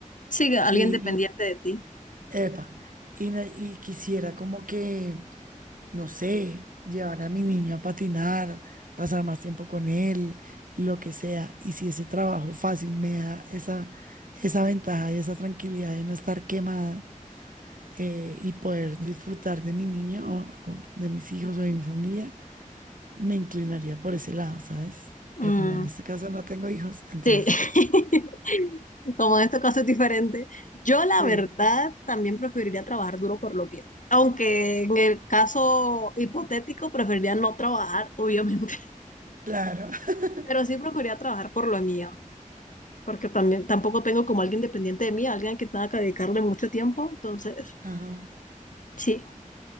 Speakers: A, on the left; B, on the right.
A: sí, alguien
B: y,
A: dependiente
B: y-
A: de ti.
B: epa, y, ne- y quisiera como que no sé, llevar a mi niño a patinar, pasar más tiempo con él, lo que sea. Y si ese trabajo fácil me da esa, esa ventaja y esa tranquilidad de no estar quemada eh, y poder disfrutar de mi niño o, o de mis hijos o de mi familia, me inclinaría por ese lado, ¿sabes? Pero
A: Mm,
B: como en este caso no tengo hijos, entonces
A: Sí, <laughs> como en estos casos es diferente. Yo la
B: sí,
A: verdad también preferiría trabajar duro por lo mío, aunque en el caso hipotético preferiría no trabajar, <laughs> obviamente,
B: claro. <laughs>
A: pero sí preferiría trabajar por lo mío, porque también tampoco tengo como alguien dependiente de mí, alguien que tenga que dedicarle mucho tiempo, entonces
B: Ajá,
A: sí,